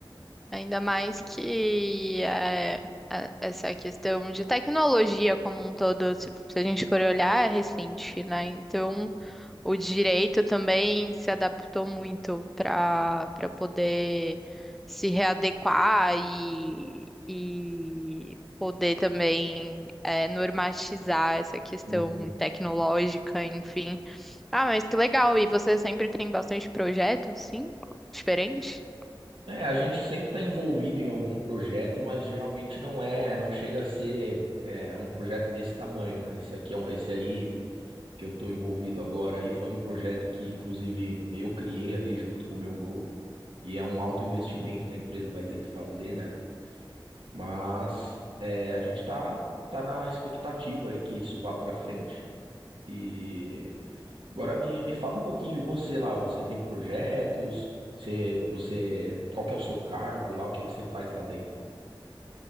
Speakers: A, in the centre; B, on the right.
A: Ainda mais que eh, a- essa questão de tecnologia como um todo, se se a gente for olhar, é recente, né? Então, o direito também se adaptou muito para para poder se readequar e, e poder também eh, normatizar essa questão
B: um,
A: tecnológica, enfim. Ah, mas que legal! E você sempre tem bastante projeto, sim? Diferente?
B: É, a gente sempre está envolvido em algum projeto, mas geralmente não é, não chega a ser é, um projeto desse tamanho, né? Esse aqui é um, esse aí que eu estou envolvido agora aí foi um projeto que, inclusive, eu criei ali junto com o meu grupo e é um alto investimento que a empresa vai ter que fazer, né? Mas é, a gente está tá tá na expectativa aí que isso vá para frente e Agora me, me fala um pouquinho, e você lá, você tem projetos? Você, você, qual que é o seu cargo lá? O que que você faz lá dentro?